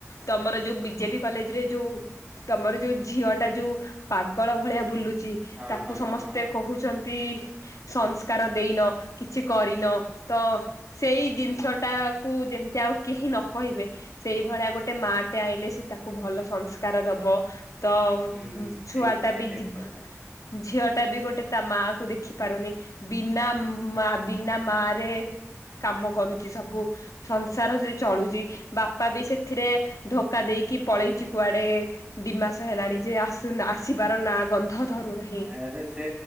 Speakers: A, on the left (about 85°); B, on the right (about 20°).
A: ତମର ଯୋଉ ବିଜେପି କଲେଜରେ ଯୋଉ ତମର ଯୋଉ ଝିଅଟା ଯୋଉ ପାଗଳ ଭଳିଆ ବୁଲୁଚି
B: ହଁ
A: ତାକୁ
B: ହଁ
A: ସମସ୍ତେ
B: ହଁ ହଁ।
A: କହୁଛନ୍ତି ସଂସ୍କାର ଦେଇନ, କିଛି କରିନ‌। ତ ସେଇ ଜିନିଷ ଟାକୁୁ, ଯେମିତି ଆଉ କେହି ନ କହିବେ। ସେଇଭଳିଆ ଗୋଟେ ମା ଟେ ଆଇଲେ, ସେ ତାକୁ ଭଲ ସଂସ୍କାର ଦବ। ତ
B: ହୁଁ ହୁଁ ଠିକ
A: ଛୁଆ
B: କଥା
A: ଟା ବି
B: ଠିକ
A: ଯି
B: କଥା।
A: ଝିଅଟା ବି ଗୋଟେ ତା ମା କୁ ଦେଖି ପାରୁନି। ବିନା ମା ବିନା ମା ରେ କାମ କରୁଚି ସବୁ। ସଂସାର ସେ ଚଳୁଚି। ବାପା ବି ସେଥିରେ ଧୋକା ଦେଇକି ପଳେଇଚି କୁଆଡେ ଦିମାସ ହେଲାଣି ଯେ ଆସୁ ଆସିବାର ନାଁ ଗ ନ୍ଧ ଧରୁନାହିଁ।
B: <unintelligible> ସେ